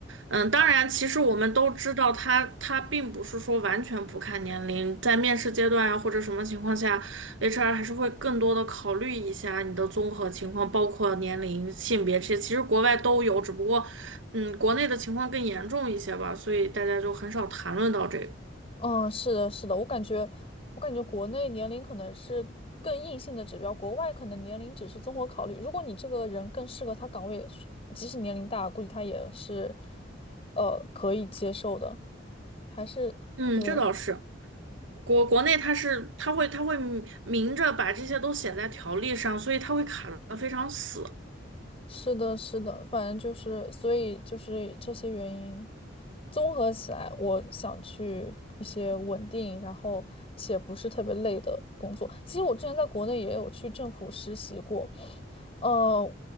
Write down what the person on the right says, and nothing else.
嗯，当然，
其实我们都知道它，它并不是说完全不看年龄，在面试阶段啊或者什么情况下，HR 还是会更多的考虑一下你的综合情况，包括年龄、性别这些，其实国外都有，只不过嗯，国内的情况更严重一些吧，所以大家就很少谈论到这个。
嗯，这倒是。国国内它是它会它会明明着把这些都写在条例上，所以它会卡的非常死。